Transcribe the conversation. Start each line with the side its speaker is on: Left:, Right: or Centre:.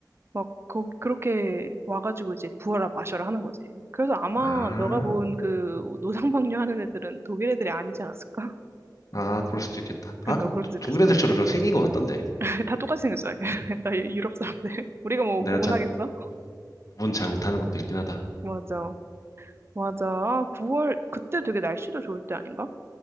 Right: 막, 거, 그렇게 와가지고 이제 부어라 마셔라 하는 거지. 그래서 아마
Left: 아,
Right: 너가 본 그 노상방뇨 하는 애들은 독일 애들이 아니지 않았을까? <laughs>
Left: 아, 그럴 수도 있겠다.
Right: 그러니까
Left: 아, 그
Right: 그럴 수 있겠어.
Left: 독일 애들처럼 좀 생긴 것 같던데.
Right: <laughs> 다 똑같이 생겼잖아. <laughs> 다 유럽 사람들. <laughs> 우리가 뭐
Left: 내가
Right: 구분하겠어?
Left: 잘 구분 잘 못하는 것도 있긴 하다.
Right: 맞아. 맞아. 아, 9월, 그때 되게 날씨도 좋을 때 아닌가?